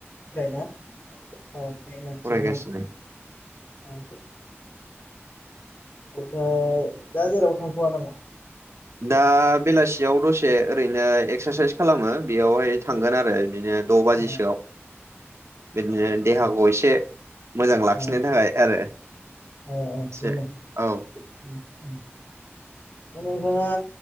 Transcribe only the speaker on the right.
फरायगासिनो
दा बेलासियाव दसे ओरैनो एक्सारसाइस खालामो बेयावहाय थांगोन आरो। बिदिनो द' बाजिसोआव
बिदिनो देहाखौ एसे मोजां लाखिनो
थाखाय आरो
एसे
औ